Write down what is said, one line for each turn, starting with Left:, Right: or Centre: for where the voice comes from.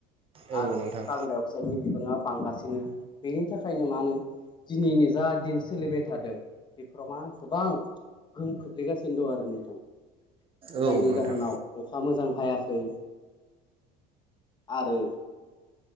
Right: औ
Left: आरो
Right: नोंथां
Left: कार्बन -डाइ अक्साइडनि बिबाङा बांगासिनो बेनि थाखायनो मा नो दिनैनि जा दिन सोलिबाय थादो बेफोराव मा गोबां गोहोम खोख्लैगासिनो दं आरो नोंथां।
Right: औ
Left: जायनि
Right: नोंथां
Left: जाहोनाव अखा मोजां हायाखै आरो